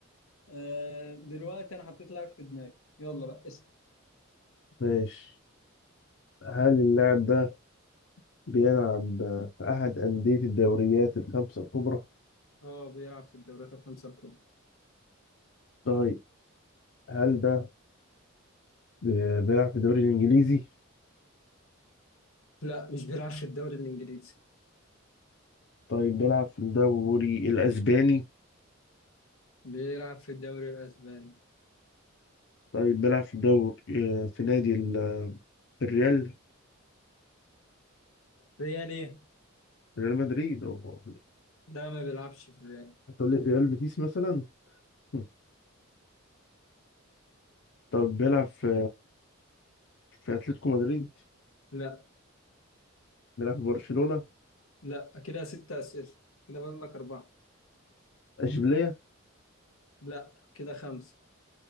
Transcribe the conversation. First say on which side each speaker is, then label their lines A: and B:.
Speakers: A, on the left; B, on the left.
A: آه دلوقتي انا حطيت لاعب في دماغي يلا بقى اسأل
B: ماشي هل اللاعب ده بيلعب في أحد أندية الدوريات الخمسة الكبرى؟
A: اه بيلعب في الدوريات الخمسة الكبرى
B: طيب هل ده بي- بيلعب في الدوري الإنجليزي؟
A: لا مش بيلعب في الدوري الإنجليزي
B: طيب بيلعب في الدوري الأسباني؟
A: بيلعب في الدوري الأسباني
B: طيب بيلعب في الدوري آه، في نادي ال- آه، الريال
A: ريال ايه
B: ريال مدريد أو
A: لا ما بيلعبش في الريال
B: هتقول لي في ريال بيتيس مثلا؟ <laughs> طب بيلعب في في أتلتيكو مدريد؟
A: لا
B: بيلعب في برشلونة
A: لا كده ستة أسئلة كده فاضل لك أربعة
B: اشبيليه
A: لا كده خمسة